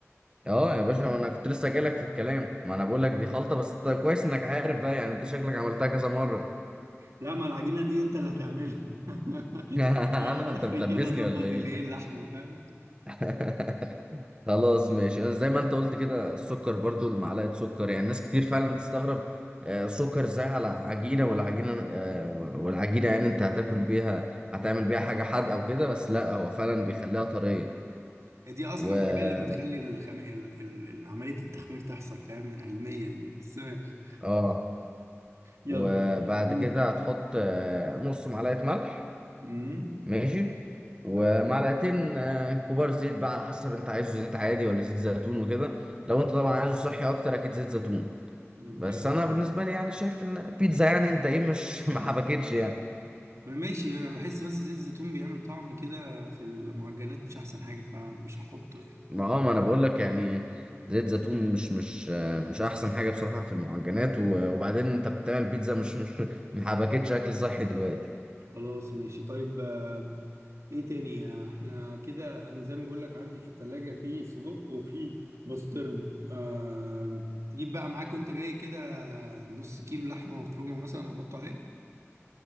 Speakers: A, on the right (about 20°); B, on the right (about 80°).
A: اه يا باشا ما انا كنت لسه جايلك في الكلام ما انا بقول لك
B: أيوة.
A: دي خلطة بس طيب كويس انك عارف بقى يعني انت شكلك عملتها كذا مرة
B: لا ما العجينة دي انت اللي هتعملها <laughs>
A: <laughs> انا
B: انا
A: انت
B: اخري
A: بتلبسني
B: كده اظبط
A: ولا ايه
B: الايه اللحمة فاهم؟
A: <laughs> خلاص ماشي زي ما انت قلت كده السكر برضو المعلقة سكر يعني ناس كتير فعلا تستغرب آه، سكر ازاي على عجينة والعجينة آه، والعجينة يعني انت هتاكل بيها هتعمل بيها حاجة حادقة وكده بس لا هو فعلا بيخليها طرية
B: هي دي اصلا
A: و
B: الحاجة اللي بتخلي الخم... ال... ال... ال- عملية التخمير تحصل فاهم علميا يعني بس ماشي
A: اه
B: يلا
A: وبعد
B: امم
A: كده هتحط آه، نص معلقة ملح
B: امم
A: ماشي ومعلقتين
B: تمام
A: آه، كبار زيت بقى على حسب انت عايزه زيت عادي ولا زيت زيتون وكده لو انت طبعا
B: تمام.
A: عايزه صحي اكتر اكيد زيت زيتون
B: اوكي
A: بس
B: ماشي
A: انا بالنسبة لي يعني شايف ان بيتزا يعني انت ايه مش <laughs> ما حبكتش يعني
B: ماشي انا بحس بس زيت الزيتون بيعمل طعم كده في المعجنات مش احسن حاجة فمش هحطه يعني
A: ما هو ما انا بقول لك يعني زيت زيتون مش مش آه، مش احسن حاجة بصراحة في المعجنات و- وبعدين انت بتعمل بيتزا مش مش <laughs> ما حبكتش اكل صحي دلوقتي
B: خلاص ماشي طيب آه، ايه تاني آه، احنا كده انا زي ما بقول لك عندي في التلاجة في سجق وفي بسطرمة آه تجيب بقى معاك وانت جاي كده نص كيلو لحمة مفرومة مثلا نحطه عليها